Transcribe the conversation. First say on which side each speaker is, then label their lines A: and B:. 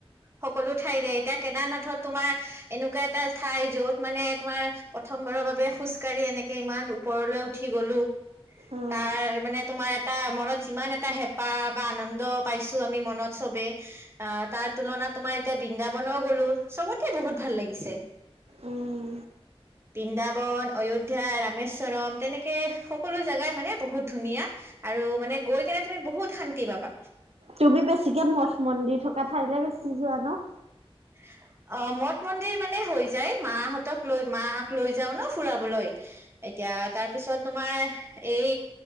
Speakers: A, on the right; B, on the right.
A: সকলো ঠাইৰে এতিয়া কেদাৰনাথত তোমাৰ এনেকুৱা এটা ঠাই, যত মানে তোমাৰ প্ৰথমবাৰৰ বাবে খোজ কাঢ়ি এনেকে ইমান ওপৰলৈ উঠি গলো,
B: অ',
A: তাৰ মানে তোমাৰ এটা মনত যিমান এটা হে পাহ বা আনন্দ পাইছো আমি মনত চবে। আঁহ তাৰ তুলনাত তোমাৰ এতিয়া বৃন্দাবনো গলো চবতে বহুত ভাল লাগিছে।
B: উম,
A: বৃন্দাবন, অয়োধ্যা, ৰামেশ্ব চৰম, তেনেকে সকলো জোগাই মানে বহুত ধুনীয়া। আৰু মানে গৈ কেনে তুমি বহুত শান্তি পাবা।
B: তুমি বেছিকে মঠ মন্দিৰ থকা ঠাইলে বেছি যোৱা ন।
A: <inaudible> অঁ মঠ মন্দিৰ মানে হৈ যায় মাহঁতক লৈ মাক লৈ যাও ন ফুৰাবলৈ। এতিয়া তাৰপিছত তোমাৰ এই